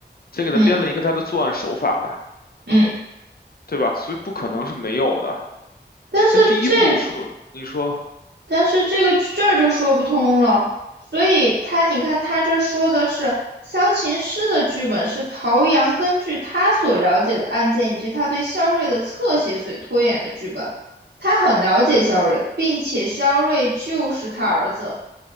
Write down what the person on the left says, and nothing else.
先给他编了一个他的作案手法的，
对吧？所以不可能是没有的。
所以第一步说，你说